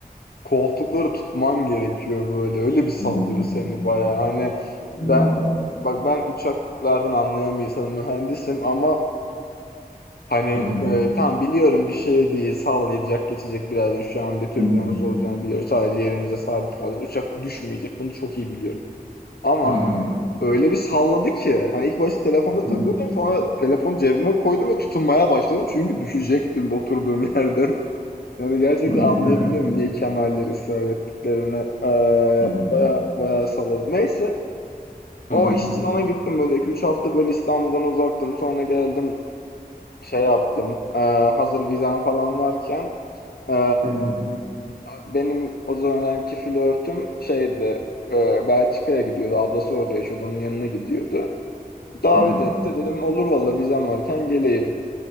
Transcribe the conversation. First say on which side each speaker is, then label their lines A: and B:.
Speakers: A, on the left; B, on the left.
A: Koltukları tutman gerekiyor böyle, öyle bir sallıyor
B: Hı.
A: seni bayağı. Hani ben
B: Anladım.
A: bak ben uçaklardan anlayan bir insanım, mühendisim ama hani,
B: Hı hı.
A: eee, tamam biliyorum bir şey değil, sallayacak, geçecek birazdan. Şu an bir türbülans
B: Hı hı.
A: olacağını biliyoruz. Sadece yerimize sabit kalacağız. Uçak düşmeyecek. Bunu çok iyi biliyorum. Ama
B: Hı hı.
A: öyle bir salladı ki hani ilk başta telefonda
B: Hı
A: takılıyordum. Sonra telefonu cebime koydum ve tutunmaya başladım. Çünkü düşecektim oturduğum yerden. Yani gerçekten
B: hı.
A: anlayabiliyorum
B: Değil mi?
A: niye kemerleri ısrar ettiklerini. Ee,
B: Hı hı.
A: baya baya salladım. Neyse o
B: Hı hı.
A: iş için ona gittim böyle 2 üç hafta böyle İstanbul'dan uzaktım. Sonra geldim şey yaptım. Ee, hazır vizem falan varken ee,
B: Hı hı.
A: benim o zamanki flörtüm şeydi ee, Belçika'ya gidiyordu. Ablası orada yaşıyordu. Onun yanına gidiyordu. Davet
B: Hı hı.
A: etti. Dedim olur valla vizem varken geleyim.